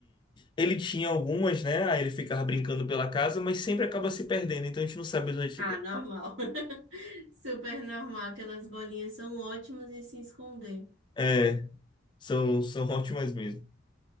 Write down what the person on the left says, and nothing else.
Ele tinha algumas, né? Aí ele ficava brincando pela casa, mas sempre acaba se perdendo. Então a gente não sabe onde.
É, são, são <laughs> ótimas mesmo.